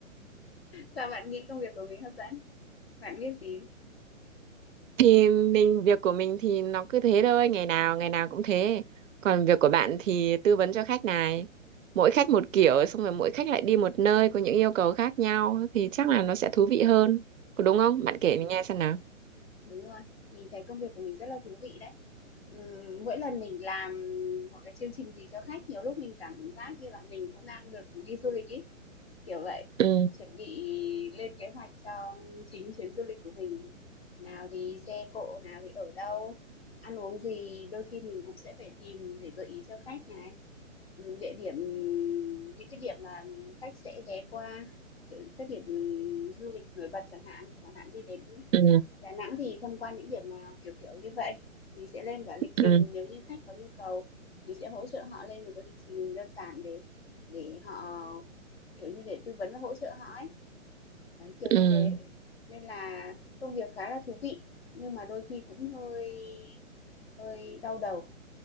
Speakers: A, on the left; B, on the right.
A: Sao bạn nghĩ công việc của mình hấp dẫn? Bạn biết gì
B: thì mình việc của mình thì nó cứ thế thôi ngày nào ngày nào cũng thế còn việc của bạn thì tư vấn cho khách này mỗi khách một kiểu xong rồi mỗi khách lại đi một nơi có những yêu cầu khác nhau thì chắc là nó sẽ thú vị hơn có đúng không bạn
A: ừm,
B: kể mình nghe xem nào
A: đúng rồi, mình thấy công việc của mình rất là thú vị đấy. Ừm, mỗi lần mình làm một cái chương trình gì cho khách, nhiều lúc mình cảm giác như là mình cũng đang được đi du lịch ý Kiểu vậy,
B: ừ
A: chuẩn bị lên kế hoạch cho chính chuyến du lịch của mình. Nào thì xe cộ, nào thì ở đâu, ăn uống gì, đôi khi mình cũng sẽ phải tìm để gợi ý cho khách này. Ừ, Địa điểm, những cái điểm mà khách sẽ ghé qua, kiểu các điểm du lịch nổi bật chẳng hạn, chẳng hạn đi đến
B: ừ
A: Đà Nẵng thì tham quan những điểm nào, kiểu kiểu như vậy. Mình sẽ lên cả lịch trình
B: ừ
A: nếu như khách có nhu cầu, mình sẽ hỗ trợ họ lên một cái lịch trình đơn giản để để họ Kiểu như để tư vấn và hỗ trợ họ ấy, đấy, kiểu
B: Ừ,
A: như thế. Nên là công việc khá là thú vị, nhưng mà đôi khi cũng hơi hơi đau đầu,